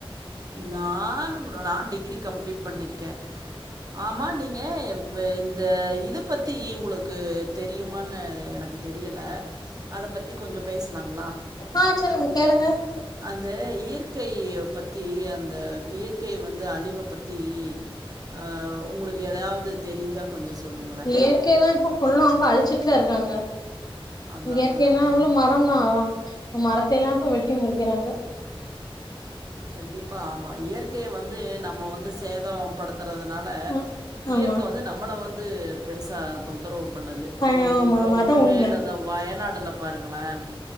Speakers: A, on the right; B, on the left.
A: நானு நா டிகிரி கம்ப்ளீட் பண்ணிருக்கே ஆமா நீங்க வெ இந்த இத பத்தி உங்களுக்கு தெரியுமானு எனக் க்கு தெரியல அத பத்தி கொஞ்ச பேசலாங்ளா
B: ஆ சொல்லுங்க கேளுங்க
A: ந்த இயற்கைய பத்தி அந்த இயற்கை வந்து அழிவ பத் த்தி அ உங்களுக்கு ஏதாவது தெரிஞ்சா கொஞ்சோ சொல்லுங்களே
B: இயற்கையதா இப்ப ஃபுல்லா அங்க அழிச்சுட்லருக்காங்க
A: அதா
B: இயற்கைன்னாங்களும்
A: அதா அதா.
B: மரந்தா மரத்தெல்லா இப்ப வெட்டி முறிக்கிறாங்க
A: கண்டிப்பா ஆமா இயற்கைய வந்து நம்ம வந்து சேத படுத் திறதுனால
B: ம்
A: இயற்க
B: ஆமா
A: வந்து நம்மள வந்து பெருசு அ தொந்தரவு பண்ணது
B: ஆ ஆமா
A: இப்போ
B: அதா
A: ஒன்னுமேல்ல
B: உண்ம
A: அந்த வயநாட லா பாருங்களே